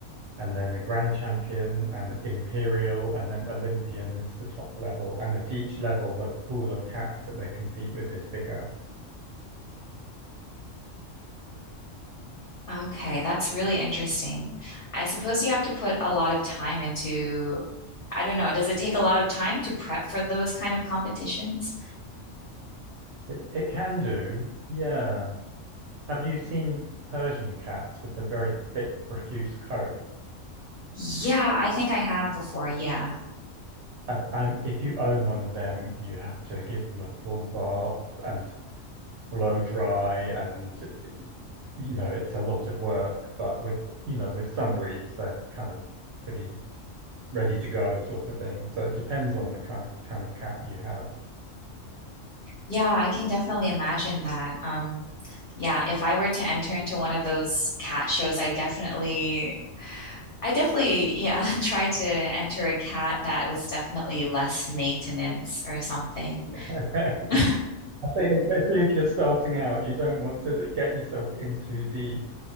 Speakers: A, on the right (about 65°); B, on the left (about 55°).
A: and then the Grand Champion and Imperial, and then Olympian is the top level. And at each level, the pool of caps that they compete with is bigger.
B: Okay, that's really interesting. I suppose you have to put a lot of time into, I don't know, does it take a lot of time to prep for those kind of competitions?
A: It, it can do, yeah. Have you seen Persian cats with the very thick, profuse coat?
B: Yeah, I think I have before. Yeah.
A: And um, if you own one of them, you have to give them a full bath and blow dry, and you know it's a lot of work. But with you know with some breeds, they're kind of pretty ready to go sort of thing. So it depends on the kind kind of cat you have.
B: Yeah, I can definitely imagine that. Um, yeah, if I were to enter into one of those cat shows, I definitely, I definitely, yeah, <laughs> tried to enter a cat that was definitely less maintenance or something.
A: <laughs> I
B: <laughs>
A: think especially if you're starting out, you don't want to get yourself in too deep.